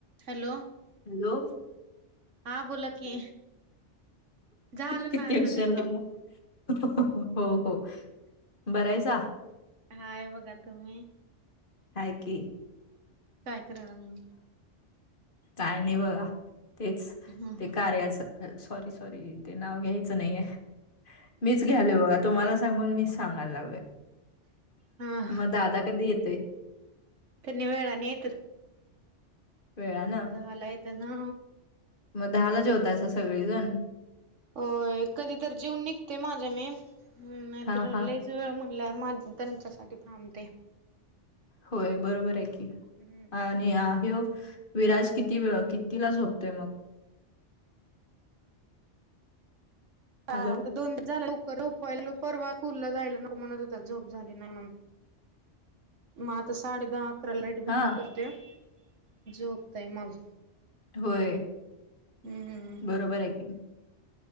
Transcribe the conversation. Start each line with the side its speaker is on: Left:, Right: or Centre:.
Right: Hello
Left: hello.
Right: हा. बोला की. झालं
Left: किती
Right: ना आता
Left: उशीर
Right: ते.
Left: झाला. हो हो. बरायसा?
Right: हाय बघा. तुम्ही?
Left: हाये की.
Right: काय करणार म?
Left: काय नाही ओ. तेच
Right: लागल
Left: ते कार्याच. Sorry sorry. ते नाव घ्यायचं नाहीये. मीच घ्यायले बघा. तुम्हाला सांगून मीच- सांगायला लागलोय.
Right: हा
Left: मग दादा कधी येतोय?
Right: त्यांनी वेळाने येतील.
Left: वेळानं
Right: दहा ला येता ना?
Left: मग दहाला जेवतायसा सगळेजण?
Right: अं. कधी तर जेऊन निघते माझ मी. नाहीतर
Left: हा हा
Right: लय- वेळ म्हणल्यावर म आणखी त्यांच्यासाठी थांबते.
Left: होय बरोबर आहे की.
Right: हम्म
Left: आणि ह्यो- विराज किती वेळ कितीला झोपतोय मग?
Right: कायता
Left: हॅलो
Right: दोन झाल <unintelligible> परवा स्कूल ला जायला नको म्हणत होता. झोप झाली नाही म्हणून. म आता साडे दहा अकराला लाईट
Left: हा
Right: बंद करतोया. झोपतय मग.
Left: व्हय.
Right: हम्म
Left: बरोबर आहे.